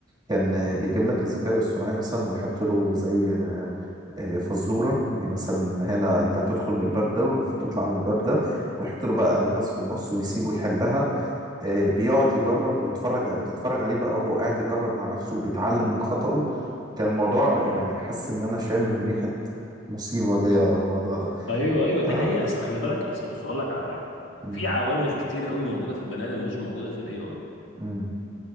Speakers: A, on the right; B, on the left.
A: كان آه، بيجيب لك الذكاء الاصطناعي مثلا ويحط له زي آه، آه، فزورة يعني مثلا هنا أنت هتدخل من الباب ده والمفروض تطلع من الباب ده ويحط له بقى ألغاز في النص ويسيبه يحلها آه، بيقعد يجرب وتتفرج تتفرج عليه بقى وهو قاعد يجرب مع نفسه وبيتعلم من خطأه كان الموضوع يعني حاسس ان انا شامم ريحة مصيبة جاية ورا الموضوع ده
B: ايوه ايوه دي
A: اه
B: حقيقه اصل خلي بالك اصل بص هقول لك على حاجه
A: مم.
B: في عوامل كتير قوي موجوده في البني ادم مش موجوده في الاي اي
A: مم.